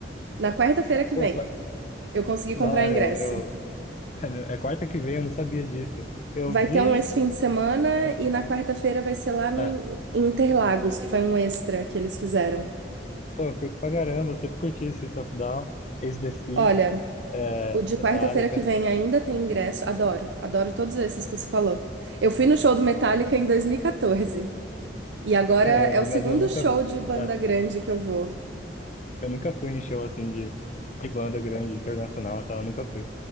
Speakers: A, on the right; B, on the left.
A: na quarta-feira que
B: Pô,
A: vem.
B: va-
A: Eu consegui
B: que
A: comprar
B: da hora,
A: ingresso.
B: eu, eu. <laughs> Ai, meu, É quarta que vem, eu não sabia disso. Eu
A: Vai
B: vi.
A: ter um esse fim de semana
B: É,
A: e na quarta-feira vai ser lá no
B: é.
A: In- Interlagos, que foi um extra que eles fizeram.
B: Pô, eu curto pra caramba, eu sempre curti esse of Down, AC/DC.
A: Olha,
B: é,
A: o de
B: Metallica,
A: quarta-feira que vem ainda tem ingresso. Adoro, adoro todos esses que você falou. Eu fui no show do Metallica em 2014 e quatorze e
B: <laughs>
A: agora
B: caramba,
A: é o
B: mas
A: segundo
B: eu nunca,
A: show de banda
B: ah,
A: grande que eu vou.
B: eu nunca fui em show assim de, de banda grande, internacional e tal, eu nunca fui.